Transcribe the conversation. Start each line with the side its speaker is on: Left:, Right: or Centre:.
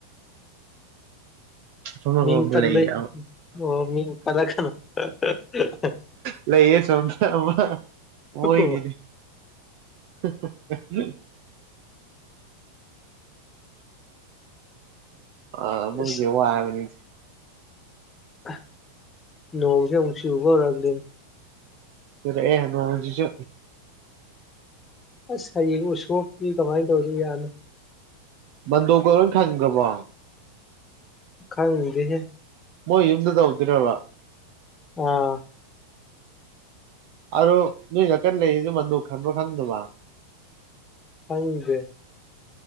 Right: ꯑꯁꯣꯝ ꯅꯥꯀꯟꯔꯣꯝꯗ
Left: ꯃꯤꯡ ꯄꯟꯕꯩ
Right: ꯂꯩꯌꯦ
Left: ꯑꯣ ꯃꯤꯡ ꯄꯜꯂꯛꯀꯅꯨ ꯍꯥ ꯍꯥ
Right: ꯂꯩꯌꯦ ꯁꯨꯝ <unintelligible> ꯑꯃ ꯃꯣꯏꯒꯤꯅꯤ
Left: ꯑꯣ
Right: <unintelligible> ꯑꯥ ꯃꯣꯏꯒꯤ
Left: ꯑꯁ
Right: ꯋꯥꯕꯅꯤ
Left: ꯑꯍ ꯅꯣꯡꯁꯦ ꯑꯃꯨꯛ ꯆꯨꯕ ꯍꯧꯔꯛꯂꯦꯅꯦ
Right: ꯆꯨꯔꯛꯑꯦ ꯅꯣꯡꯖꯤꯖꯨ
Left: ꯑꯁ ꯍꯌꯦꯡ ꯎꯁꯣꯞꯇꯤ ꯀꯃꯥꯏ ꯇꯧꯗꯣꯏꯖꯥꯅꯣ
Right: ꯕꯟꯗꯣꯛꯀ ꯂꯣꯏ ꯈꯟꯒ꯭ꯔꯕꯣ
Left: ꯈꯪꯗꯦꯍꯦ
Right: ꯃꯣꯏ ꯌꯨꯝꯗꯨꯗ ꯇꯧꯗꯨꯏꯔꯕ
Left: ꯑꯥ
Right: ꯑꯗꯣ ꯅꯣꯏ ꯅꯀꯟ ꯂꯩꯔꯤꯖꯨ ꯃꯥꯟꯗꯣꯞ ꯈꯟꯕ꯭ꯔꯥ ꯈꯪꯗꯕ
Left: ꯈꯪꯗꯦ